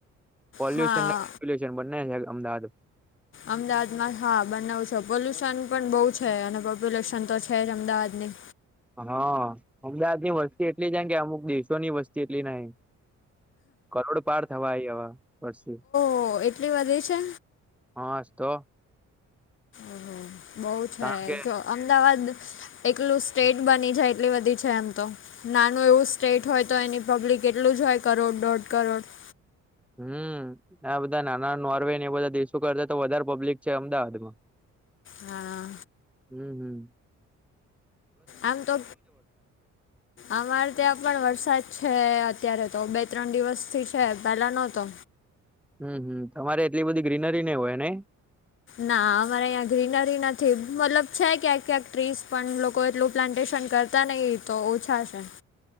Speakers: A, in the centre; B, on the left.
A: પોલ્યુશને
B: હા
A: પોપ્યુલેશન બન્ને છે અમદાવાદ.
B: અમદાવાદમાં હા બન્નેઉ છે પોલ્યુશન પણ બહુ છે અને પોપ્યુલેશન તો છે જ અમદાવાદની.
A: હા અમદાવાદ ની વસ્તી એટલી છે ન કે અમુક દેશો ની વસ્તી એટલી નહી. કરોડ પાર થવા આઈ હવ વસ્તી.
B: ઓ એટલે વધે છે.
A: હાસ્તો.
B: ઓહો બહુ છે
A: કારણ કે
B: જો અમદાવાદ એકલું સ્ટેટ બની જાય એટલી બધી છે એમ તો. નાનું એવું સ્ટેટ હોય તો એની પબ્લિક એટલું જ હોય કરોડ દોઢ કરોડ.
A: હમ્મ, આ બધા નાના નોર્વે ને એ બધા દેશો કરતા તો વધારે પબ્લિક છે અમદાવાદ માં.
B: હા
A: હમ્મ, હમ્મ.
B: આમ તો અમારે ત્યાં પણ વરસાદ છે અત્યારે તો બે ત્રણ દિવસ થી છે પેલા ન તો.
A: હમ્મ હમ્મ તમારે એટલી બધી ગ્રીનરી નહી હોય નહી.
B: ના અમારે અહીંયા ગ્રીનરી નથી મતલબ છે ક્યાંક ક્યાંક ટ્રીસ પણ લોકો એટલું પ્લાન્ટેશન કર તા નહી તો ઓછા છે.